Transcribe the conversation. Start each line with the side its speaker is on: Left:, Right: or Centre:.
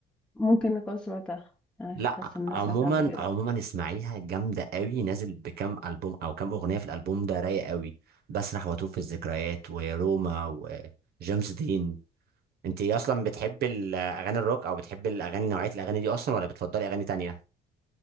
Centre: ممكن أكون سمعتها أنا
Right: لا
Centre: حاسة إن أنا
Right: عموما
Centre: سمعتها قبل كده
Right: عموما اسمعيها جامده قوي نازل بكام البوم او كام اغنيه في الالبوم ده رايق قوي بسرح واتوه في الذكريات وروما وجيمس دين انت اصلا بتحب الاغاني الروك او بتحب الاغاني نوعيه الاغاني دي اصلا ولا بتفضلي اغاني تانية